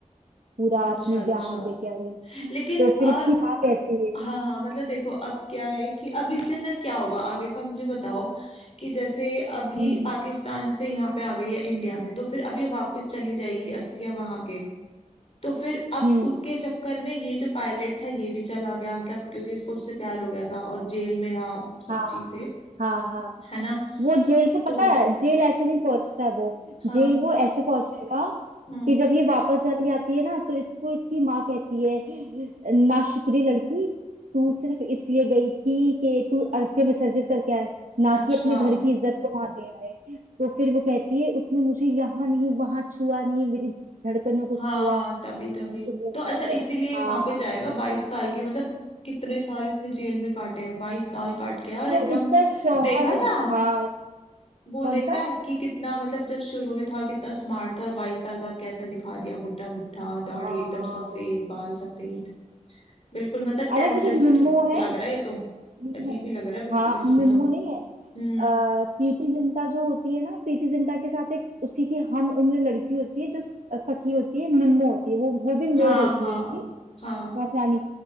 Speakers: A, on the right (about 80°); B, on the left (about 50°).
A: पूरा
B: अच्छा
A: अपनी
B: अच्छा
A: जान दे के आ गई हूँ।
B: लेकिन
A: तो फिर
B: अ
A: इसकी माँ कहती है
B: हाँ हाँ मतलब देखो अब क्या है कि अब इसके अंदर क्या होगा आगे का मुझे बताओ कि जैसे अब ये
A: "हम्म,
B: पाकिस्तान से यहाँ पे आ गई है इंडिया में तो फिर अब ये वापस चली जाएगी अस्थियां वहां के तो फिर अब
A: हम्म
B: उसके चक्कर में ये जो पायलट था ये भी चला गया मतलब क्योंकि इसको उससे प्यार हो गया था और जेल में रहा सब
A: हाँ
B: चीजें
A: हाँ हाँ
B: है ना
A: वो जेल से
B: तो
A: पता है जेल ऐसे नहीं पहुंचता वो
B: हाँ
A: जेल वो ऐसे पहुंचेगा
B: हम्म
A: कि जब ये वापस चली जाती है ना तो इसको इसकी माँ कहती है नाशुक्री लड़की तू सिर्फ इसलिए गई थी कि तू अस्थि विसर्जित करके आए ना
B: अच्छा
A: कि अपने घर की इज्जत को वहां दे आए तो फिर वो कहती है उसने मुझे यहाँ नहीं वहां छुआ नहीं मेरी धड़कनों को
B: हाँ
A: छुआ
B: तभी तभी
A: ऐसे बोलती
B: तो अच्छा इसीलिए
A: है हाँ
B: वहां पे जाएगा बाईस साल की मतलब कितने साल इसने जेल में काटे हैं बाईस साल काट के आया और
A: जो
B: एकदम
A: इसका शौहर
B: देखा था
A: हाँ
B: वो
A: कौन
B: देखा
A: सा
B: है कि कितना मतलब जब शुरू में था कितना स्मार्ट था और बाईस साल बाद कैसा दिखा दिया बुढ़ा बुढ़ा दाढ़ी
A: हाँ।
B: एकदम सफेद बाल सफेद बिल्कुल मतलब टेररिस्ट
A: अरे वो जो निन्नो है
B: लग रहा है ये तो
A: निन्नो
B: अजीब ही लग रहा है बिल्कुल
A: हाँ
B: इसमें
A: निन्नो
B: तो
A: हम्म नहीं है
B: हम्म
A: अ, प्रीति जिंटा जो होती है ना प्रीति जिंटा के साथ एक उसी की हम उम्र लड़की होती है जो स- सखी होती है निन्नो होती है वो वो भी मेड
B: हाँ
A: होती
B: हाँ
A: है इनकी
B: हाँ
A: नौकरानी